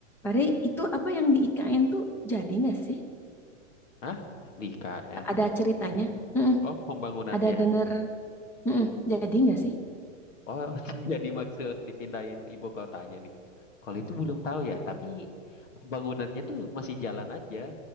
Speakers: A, in the centre; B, on the left.
A: Pare, itu apa yang di IKN tuh jadi nggak sih?
B: Hah? Di KN.
A: Ada ceritanya? Heeh,
B: Oh, pembangunannya.
A: ada denger? Heeh, jadi nggak sih?
B: Oh, <laughs> jadi maksud dipindahin ibu kotanya nih. Kalau itu belum tahu ya, tapi pembangunannya tuh masih jalan aja.